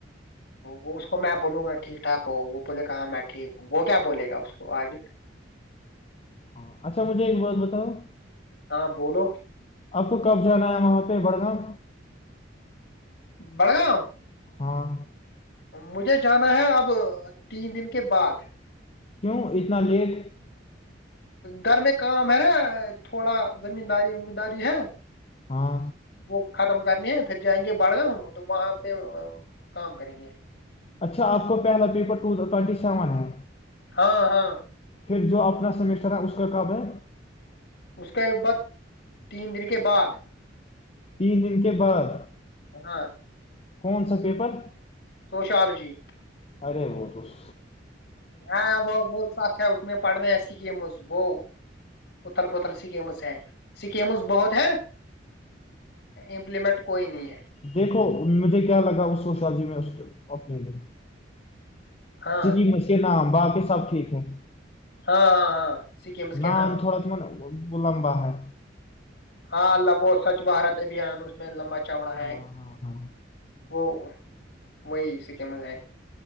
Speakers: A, on the left; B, on the left.
A: وہ اس کو میں بولوں گا ٹھیک ٹھاک ہو وہ بولے گا ہاں میں ٹھیک ہوں وہ کیا بولے گا اس کو اگے
B: ہاں اچھا مجھے ایک بات بتاؤ
A: ہاں بولو
B: اب کو کب جانا ہے وہاں پہ بڑگام
A: بڑگام
B: ہاں
A: مجھے جانا ہے اب تین دن کے بعد
B: کیوں اتنا لیٹ
A: گھر میں کام ہے نا تھوڑا زمین داری ومینداری ہے
B: ہاں
A: <unintelligible> کرنی ہیں پھر جائیں گے بڑگامؤ تو وہاں پہ کام کریں گے
B: اچھا آپ کو پہلا پیپرٹ ٹوینٹی سیون ہے
A: ہاں ہاں
B: پھر جو اپنا سمیٹر ہے اس کا کب ہے
A: اس کا یہ بت تین دن کے بعد
B: تین دن کے بعد
A: <unintelligible>
B: کون سا پیپر
A: سوشالوجی
B: ارے م توس
A: ہاں وہ بہت سچ ہے اس میں پڑھنے سکیمز وہ اتل پتھل سکیمز ہیں سکیمز بہت ہیں امپلیمنٹ کوئی نہیں ہے
B: دیکھو مجھے کیا لگا اس و شازی میں اپنے د
A: ہاں
B: سی مشک ن باق <unintelligible> سب ٹھیک ہے
A: ہاں ہاں ہاں سکمز کے
B: نان
A: نام
B: تھوڑا تو م وہ لمبا ہے
A: ہاں اللہبو سوچھ بھارت ابھیان اس میں لمبا چوڑا ہے
B: ہاں ہاں ہاں
A: وہ <unintelligible> وہی سکمز ہیں